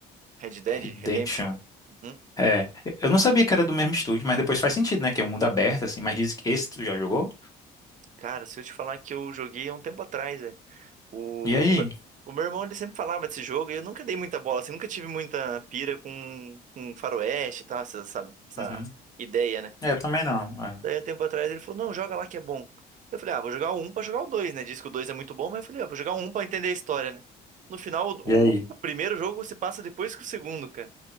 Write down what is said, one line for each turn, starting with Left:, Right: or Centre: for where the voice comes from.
Right: Red Dead
Left: Redemption.
Right: Redemption. Uhum.
Left: É, eu não sabia que era do mesmo estúdio, mas depois faz sentido, né? Que é um mundo aberto, assim, mas diz que esse tu já jogou?
Right: Cara, se eu te falar que eu joguei há um tempo atrás, é. O,
Left: E aí?
Right: meu- o meu irmão, ele sempre falava desse jogo e eu nunca dei muita bola, assim. Nunca tive muita pira com, com faroeste e tal, essa, essa essa
Left: Uhum.
Right: ideia, né?
Left: É, Eu também não. é.
Right: Daí, um tempo atrás, ele falou, não, joga lá que é bom. Eu falei, ah, vou jogar o 1 pra jogar o dois né? Diz que o 2 é muito bom, mas eu falei, ah, vou jogar o 1 pra entender a história, né? No final, o,
Left: E aí?
Right: o, o primeiro jogo se passa depois que o segundo, cara.